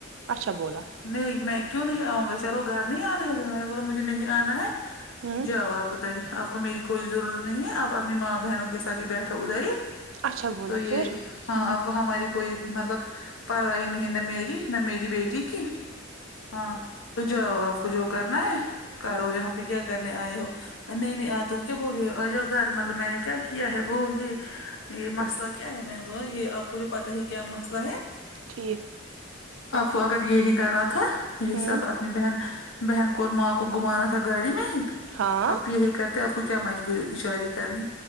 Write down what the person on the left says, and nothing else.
نہیں میں کیوں نہیں آؤں گا چلو گھر نہیں آنا ہے تمہے مینے بولا مجھے نہیں آنا ہے
جاؤ آپ ادھر ہی آپ کو میری کوئی ضرورت نہیں ہے آپ اپنی ماں بہنوں کے ساتھ ہی بیٹھو ادھر ہی
تو یہ
ہاں
آپ کو ہماری کوئی مطلب پرارواہ ہی نہیں نا میری نہ میری بیٹی کی ہاں تو جاو آپ کو جو کرنا ہے کرو یہاں پے کیا کرنے آئے ہو نہیں نہیں آ تم کیا بول رہے ہو آ جؤ گھر مطلب میں نے کیا کیا ہے وہ یہ یہ مسئلہ کیا ہے میں نے بولا یہ اب اور یہ پتا ہے کیا مسئلہ ہے
آپ کو اگر یہی کرنا تھا یہی
سب اپنی بہن بہن کو اور ماں کو گھمانا تھا گاڑی میں
آپ یہی کرتے ا وہ کیا مجبوری تھی شادی کرنی